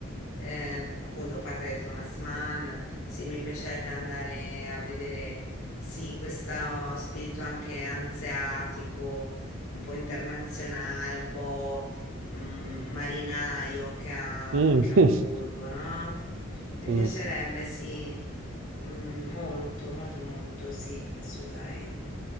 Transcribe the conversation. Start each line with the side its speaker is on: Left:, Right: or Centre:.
Left: eh, appunto patria di Thomas Mann. Sì, mi piacerebbe andare a vedere, sì, questo spirito anche anseatico, un po' internazionale, un po' mm, marinaio che ha
Right: Mm,
Left: anche Amburgo,
Right: <laughs>
Left: no? Mi
Right: mm.
Left: piacerebbe, sì, Mm, molto, molto, molto, sì, assolutamente.